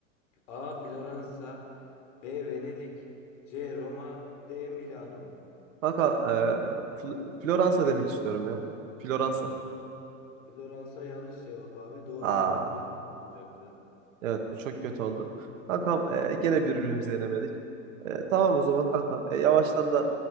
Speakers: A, on the left; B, on the right.
A: A. Floransa B. Venedik C. Roma D. Milano
B: Kanka e, Fl- Floransa demek istiyorum ya. Floransa.
A: Floransa yanlış cevap abi. Doğru
B: Aa,
A: cevap Milano olacaktı.
B: evet bu çok kötü oldu. Kankam e, gene birbirimizi yenemedik. E, tamam o zaman kankam. E, yavaştan da